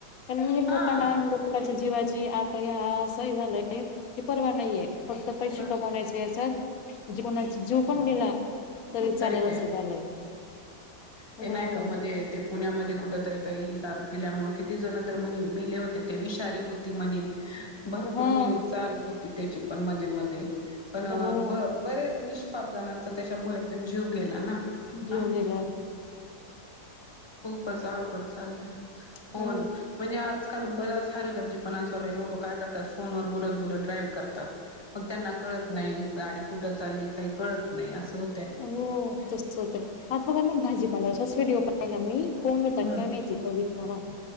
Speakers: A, on the left; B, on the left.
A: तर म्हणजे
B: हा
A: लोकांना लोकांच्या जीवाची - हं... सही झालं. की, परवा नाहीये. फक्त पैसे
B: वा
A: कमवण्याचे या सर- म्हणजे कोणा जीव पण
B: वा
A: गेला? चालेल
B: तरी
A: असं
B: काय
A: झालंय
B: ते
A: हो
B: नाही का? मध्ये ते पुण्यामध्ये कुठ तरी काही दा - त्यामुळे किती जण तर म मेले होते ते विषारी होते म्हणी. भरपूर
A: हा
B: न्यूज चालू होती त्याची, पण मध्ये- मध्ये पण
A: हो
B: ब बरेच, नि्- प जनांचा त्याच्यामुळे- ण जीव गेला ना,
A: जीव
B: ह
A: गेला
B: खूपच अवघड चालू आहे,
A: हो
B: होन म्हणजे आज- काल बराच हलगरजीपणा चालय लोक काय करतात, फोनवर बोलत बोलत ड्राईव्ह करतात मग त्यांना कळत नाही, गाडी कुठं चालली काही कळत नाही असं हो
A: हो तस होत आता बघा ना भाजी- ला विडिओ पाहिला मी <unintelligible> कोणतात
B: हम्म
A: काय माळती <unintelligible>